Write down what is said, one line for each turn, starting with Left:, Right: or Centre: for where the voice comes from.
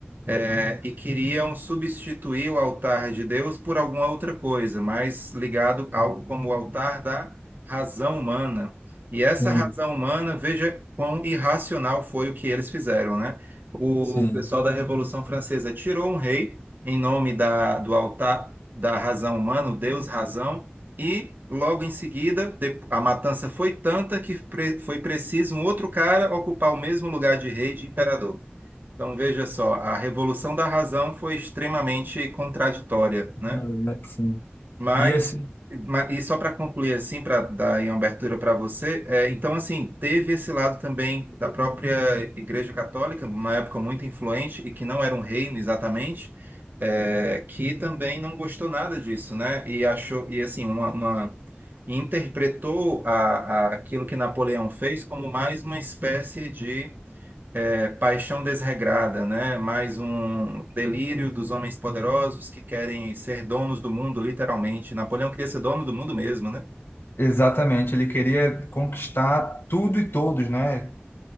Right: é, e queriam substituir o altar de Deus por alguma outra coisa, mais ligado a algo como o altar da razão humana. E essa
Left: Sim,
Right: razão humana, veja quão irracional foi o que eles fizeram, né? O
Left: sim.
Right: pessoal da Revolução Francesa tirou um rei em nome da, do altar da razão humana, o Deus razão, e logo em seguida de- a matança foi tanta que pre- foi preciso um outro cara ocupar o mesmo lugar de rei e de imperador. Então, veja só, a revolução da razão foi extremamente contraditória, né?
Left: Na
Right: Uhum.
Left: verdade, sim.
Right: Mas,
Left: e assim,
Right: ma- e só para concluir assim, para dar aí uma abertura para você, é, então assim, teve esse lado também da própria Igreja Católica, uma época muito influente e que não era um reino exatamente, é, que também não gostou nada disso, né? E achou, e assim, uma, uma- interpretou a, a- aquilo que Napoleão fez como mais uma espécie de é, paixão desregrada, né? Mais um delírio dos homens poderosos que querem ser donos do mundo, literalmente. Napoleão queria ser dono do mundo mesmo, né?
Left: exatamente, ele queria conquistar tudo e todos, né?